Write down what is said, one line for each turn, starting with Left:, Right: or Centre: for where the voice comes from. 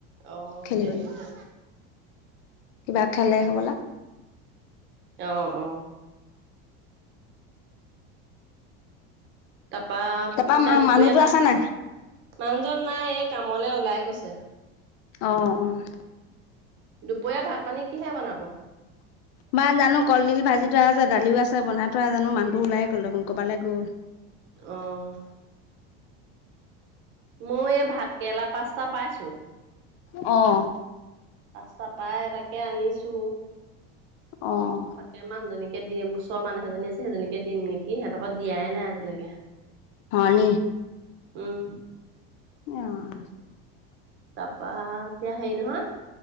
Right: অহ
Left: খেলিবলৈ
Right: খেলিছে।
Left: কিবা খেলে হ'বলা।
Right: অ অ। তাৰপা এতিয়া
Left: তাৰপা
Right: দুপৰীয়া
Left: মানুহতো
Right: ভাত
Left: আছে নাই
Right: মানুহজন নাই এই কামলে ওলাই গৈছে।
Left: অ', অ',
Right: দুপৰীয়া ভাত-পানী কিহে বনাব?
Left: বা জানো কলডিল ভাজি থোৱা আছে দালিও আছে বনাই থোৱা জানো মানুহটো ওলায়ে গ'ল দেখোন কবালে গ'ল।
Right: অ', মই এই ভাত কেৰেলা পাঁচটা পাইছো।
Left: অ',
Right: চটাই তাকে আনিছো।
Left: অ',
Right: তাকে মানুহজনীকে দিম ওচৰ মানুহ এজনী আছে সেইজনীকে দিম নেকি সিহঁত <unintelligible> দিয়াই নাই আজিলৈকে
Left: হয় নি
Right: উম,
Left: অ',
Right: তাৰপা এতিয়া হেৰী নহয়